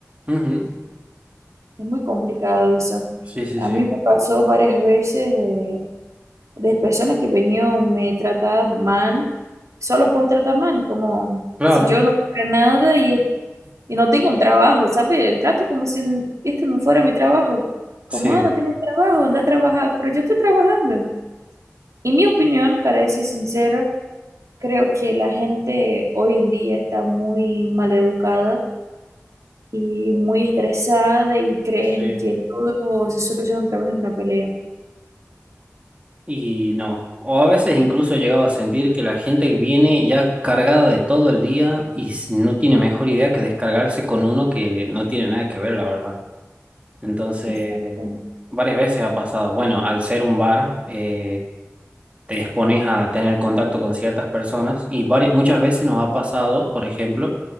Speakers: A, on the right (about 25°); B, on the right (about 85°).
A: Ujú.
B: Es muy complicado eso.
A: Sí, sí,
B: A
A: sí.
B: mí me pasó varias veces. eh, de personas que venían me tratar mal, solo por tratar mal, como
A: Claro.
B: si yo no fuera nada y, y no tengo un trabajo, ¿sabe? Trato como si este no fuera mi trabajo, como,
A: Sí.
B: ah, no tenés trabajo, anda a trabajar, pero yo estoy trabajando. En mi opinión, para ser sincera, creo que la gente hoy en día está muy mal educada y muy estresada y creen
A: Sí.
B: que todo se soluciona a través de una pelea.
A: Y no, o a veces incluso he llegado a sentir que la gente viene ya cargada de todo el día y s- no tiene mejor idea que descargarse con uno que no tiene nada que ver, la verdad. Entonces,
B: Exacto.
A: varias veces ha pasado. Bueno, al ser un bar, eh, te expones a tener contacto con ciertas personas y vari- muchas veces nos ha pasado, por ejemplo,